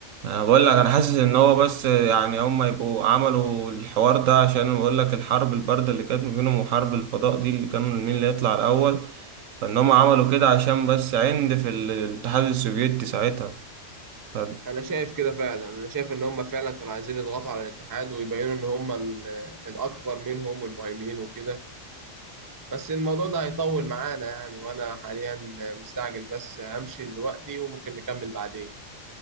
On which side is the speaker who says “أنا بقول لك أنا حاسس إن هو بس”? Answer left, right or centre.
Right